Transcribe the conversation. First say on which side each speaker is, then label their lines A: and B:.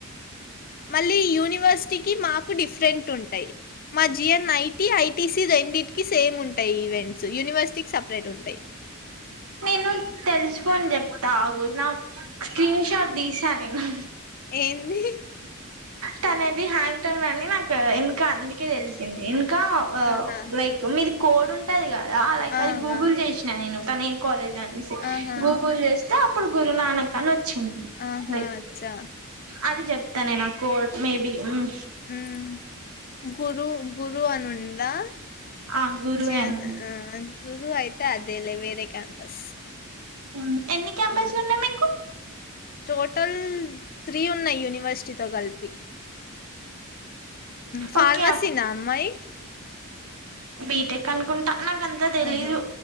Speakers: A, on the left; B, on the right.
A: మళ్ళీ యూనివర్సిటీకి మాకు డిఫరెంట్ ఉంటాయి. మా జియన్ నై ఐటీసీ రెండింటికి సేమ్ ఉంటాయి. ఈవెంట్స్ యూనివర్సిటీ సపరేట్ ఉంటాయి.
B: నేను తెలుసుకని చెప్తాగు. నా స్క్రీన్ షాట్ తీసా నేను
A: ఏంది
B: తనది హ్యాంగ్టౌంగ్ అని నాకు ఇంకా అందుకే తెలిసింది ఇంకా
A: ఆహా!
B: లైక్ మీది కోడ్ ఉంటదిగా లైక్
A: ఆ!
B: అది గూగుల్
A: ఆ!
B: చేసినా నేను తనే కాలేజ్ <unintelligible>
A: ఆహా!
B: గూగుల్ చేసి అప్పుడు గురునానక్ అను వ వచ్చింది
A: ఆహా!
B: వెయిట్
A: అచ్చా!
B: అది చెప్తా నే నాకు కోడ్ మేబి హ్మ్
A: హ్మ్ గురు గురు అని ఉందా
B: ఆ గురువేనా
A: <unintelligible> ఐదుగురు ఐదు అదేలే వేరే క్యాంపస్
B: అ ఎన్ని క్యాంపస్లు
A: హ్మ్.
B: ఉన్నాయి. మీకు
A: టోటల్ త్రీ ఉన్నాయి. యూని యూనివర్సిటీ తో కలిపి ఫార్మసి
B: ఓకే
A: నా అమ్మాయి
B: బీటెక్ అనుకుంటా నాకంతా తెలీదు
A: ఆహా!